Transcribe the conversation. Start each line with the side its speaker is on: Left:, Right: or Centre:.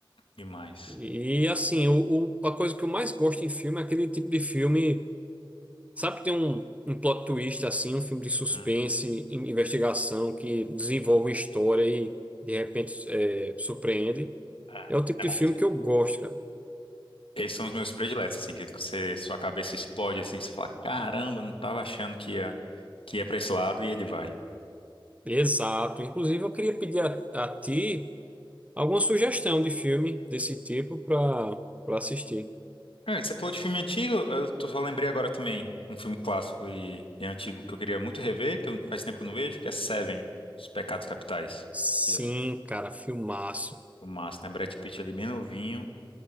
Left: demais.
Right: E assim, o, o- a coisa que eu mais gosto em filme é aquele tipo de filme Sabe que tem um, um plot twist assim, um filme de suspense,
Left: Hum,
Right: in- investigação que desenvolve uma história e de repente é, surpreende.
Left: é.
Right: É o tipo de
Left: É
Right: filme
Left: um-
Right: que eu gosto, cara.
Left: Esses são os meus prediletos, assim, que você, sua cabeça explode, assim, você fala, caramba, não tava achando que ia, que ia pra esse lado e ele vai.
Right: Exato. Inclusive, eu queria pedir a, a ti alguma sugestão de filme desse tipo para para assistir.
Left: É, você falou de filme antigo, eu tô- só lembrei agora também um filme clássico e, e antigo que eu queria muito rever, que eu- faz tempo que eu não vejo, que é Seven, Os Pecados Capitais.
Right: Sim,
Left: Que é
Right: cara, filmaço.
Left: O massa, né? Brad Pitt ali bem novinho